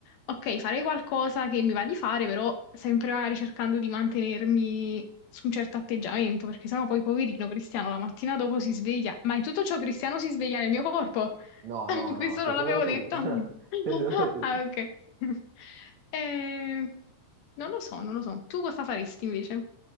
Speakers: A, on the left; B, on the right.
A: ok, farei qualcosa che mi va di fare, però sempre magari cercando di mantenermi su un certo atteggiamento, perché sennò poi poverino Cristiano la mattina dopo si sveglia. Ma in tutto ciò Cristiano si sveglia nel mio corpo.
B: No,
A: <laughs>
B: no, no,
A: Questo
B: sei
A: non
B: solo
A: l'abbiamo
B: tu,
A: detto.
B: <laughs>
A: <laughs>
B: sei solo tu.
A: Ah, ok. <laughs> Eh, non lo so, non lo so. Tu cosa faresti invece?